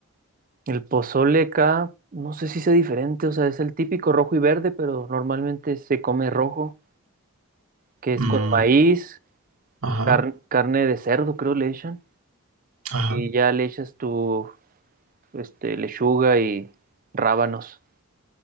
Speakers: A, on the right; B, on the right.
A: El pozole acá, no sé si sea diferente, o sea, es el típico rojo y verde, pero normalmente se come rojo, que es
B: Mm,
A: con maíz,
B: ajá,
A: car- carne de cerdo, creo le echan,
B: ajá.
A: y ya le echas tu, este, lechuga y rábanos.